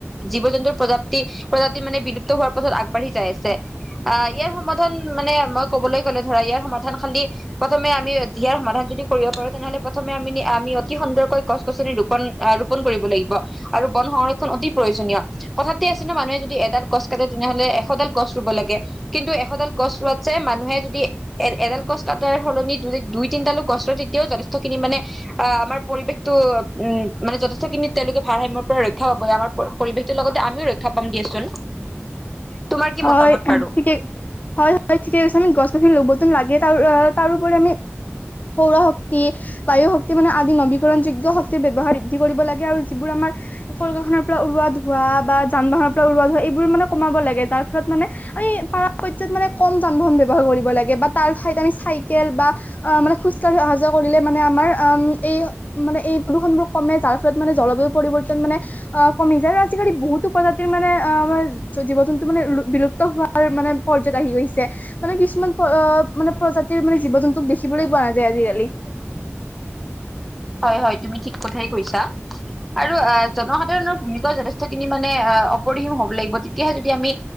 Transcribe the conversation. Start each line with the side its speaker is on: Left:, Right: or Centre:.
Centre: জীৱ জন্তুৰ প্ৰজাপ্তি প্ৰজাপ্তি মানে বিলুপ্ত হোৱাৰ পথত আগবাঢ়ি যায়। ছে ইয়াৰ সমাধান মানে মই কবলৈ গলে ধৰা ইয়াৰ সমাধান খালি প্ৰথমে আমি এইয়াৰ সমাধান যদি কৰিব পাৰো তেনেহলে প্ৰথমে আমি অতি সুন্দৰ কৈ গছ গছনি ৰোপণ ৰোপণ কৰিম। আৰু বন সংৰক্ষণ অতি প্ৰয়োজনীয়। কথাতে আছে ন মানুহে যদি এডাল গছ কাটে তেনেহ'লে এশডাল গছ ৰুব লাগে কিন্তু এশডাল গছ ৰুৱাত যে মানুহে যদি এ এডাল গছ কাটাৰ সলনি দু দুই তিনিটা ডাল গছ ৰুৱে তেতিয়াও যথেষ্ট। খিনি মানে অ আমাৰ পৰিৱেশটো উম মানে যথেষ্টখিনিত তেওঁলোকে ভাৰসাম্যৰ পৰা ৰক্ষা পাব আমাৰ পৰিৱেশটোৰ লগতে আমিও ৰক্ষা পাম দিয়াচোন। তোমাৰ কি
Left: হয়
Centre: মতামত বাৰু
Left: ঠিকেই হয় হয় ঠিকে কৈছে আমি গছ গছনি ৰুবতো লাগে তাৰ তাৰোপৰি আমি সৌৰশ শক্তি, বায়ু শক্তি মানে আদি নবীকৰণ যোগ্য শক্তিৰ ব্যৱহাৰ বৃদ্ধি কৰিব লাগে আৰু যিবোৰ আমাৰ পৰিবেশ ৰ পৰা ওলোৱা ধোৱা বা যান বাহনৰ পৰা ওলোৱা ধোৱা এইবোৰ মানে কমাব লাগে। তাৰ ফলত মানে পৰা প্ৰায়ত মানে কম যানবাহন ব্যৱহাৰ কৰিব লাগে বা তাৰ ঠাইত আমি চাইকেল। বা অ মানে খোজকাঢ়ি অহা যোৱা কৰিলে মানে আমাৰ উম মানে এই এই প্ৰদূষণবোৰ কমে যাৰ ফলত মানে জলবায়ু পৰিৱৰ্তন মানে অ কমি যায় আৰু আজিকালি বহুতো প্ৰজাতিৰ মানে অ আমাৰ জীৱ জ জন্তু মানে বিলুপ্ত হোৱাৰ মানে পৰ্যত আহি গৈছে, মানে কিছুমান মানে প্ৰজাতিৰ মানে জীৱ জন্তুক দেখিবলৈ পোৱা নাযায় আজিকালি।
Centre: হয় হয় তুমি ঠিক কথাই কৈছা। আৰু আহ জনসাধাৰণৰ ভূমিকাও যথেষ্টখিনি মানে আহ অপৰিহীম হব লাগিব তেতিয়াহে যদি আমি।